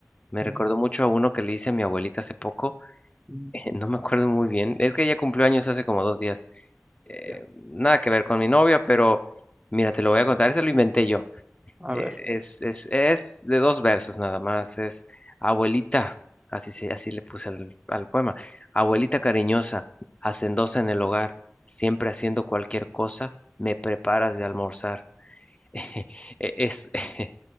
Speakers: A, on the left (about 25°); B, on the right (about 20°).
A: me
B: ujú,
A: recordó mucho a uno que le hice a mi abuelita hace poco.
B: ujú.
A: <laughs> no me acuerdo muy bien. Es que ella cumplió años hace como dos días. Eh,
B: Ya,
A: nada que ver con mi novia, pero mira, te lo voy a contar. Ese lo inventé yo.
B: a
A: Eh,
B: ver.
A: Es, es, es de dos versos nada más. Es abuelita, así, se, así le puse al, al poema. Abuelita cariñosa, hacendosa en el hogar, siempre haciendo cualquier cosa, me preparas de almorzar. <laughs> E- Es, <laughs>